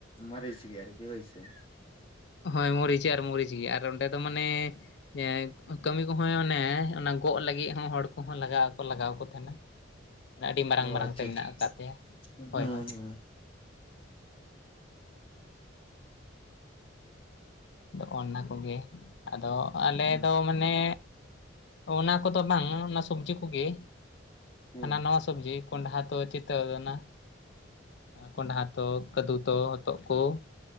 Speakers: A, on the left (about 30°); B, on the left (about 60°).
A: ᱢᱟᱹᱨᱤᱪ ᱜᱮ ᱟᱨᱠᱤ ᱦᱳᱭ ᱥᱮ᱾
B: ᱦᱳᱭ ᱢᱚᱨᱤᱪ ᱟᱨ ᱢᱚᱨᱤᱪ ᱜᱮ ᱟᱨ ᱚᱸᱰᱮ ᱫᱚ ᱢᱟᱱᱮ ᱡᱮ ᱠᱟᱹᱢᱤ ᱠᱚᱦᱚᱸ ᱚᱱᱮ ᱚᱱᱟ ᱜᱚᱜ ᱞᱟᱹᱜᱤᱜ ᱦᱚᱸ ᱦᱚᱲ ᱠᱚᱦᱚᱸ ᱞᱟᱜᱟᱣ ᱠᱚ ᱞᱟᱜᱟᱣ ᱠᱚ ᱛᱟᱦᱮᱸᱱᱟ, ᱢᱟᱱᱮ ᱟᱹᱰᱤ ᱢᱟᱨᱟᱝ
A: ᱚ
B: ᱢᱟᱨᱟᱝ
A: ᱟᱪᱪᱷᱟ
B: ᱛᱮ ᱢᱮᱱᱟᱜ
A: ᱟᱪᱪᱷᱟ
B: ᱟᱠᱟᱫ ᱛᱟᱭᱟ,
A: ᱦᱩᱸ
B: ᱦᱳᱭ
A: ᱦᱩᱸ
B: ᱦᱳᱭ ᱾ ᱟᱫᱚ ᱚᱱᱟ ᱠᱚᱜᱮ ᱟᱫᱚ ᱟᱞᱮ
A: ᱦᱩᱸ
B: ᱫᱚ ᱢᱟ ᱱᱮ ᱚᱱᱟ ᱠᱚᱫᱚ ᱵᱟᱝ ᱚᱱᱟ ᱥᱚᱵᱽᱡᱤ ᱠᱚᱜᱮ
A: ᱦᱩᱸ
B: ᱦᱟᱱᱟ ᱱᱟᱣᱟ ᱥᱚᱵᱽᱡᱤ ᱠᱚᱸᱰᱷᱟ ᱫᱚ ᱪᱤᱛᱟᱹᱣ ᱠᱟᱱᱟ ᱾ ᱠᱚᱸᱰᱷᱟ ᱛᱚ ᱠᱟᱹᱫᱩ ᱛᱚ ᱦᱚᱛᱚᱜ ᱠᱚ ᱾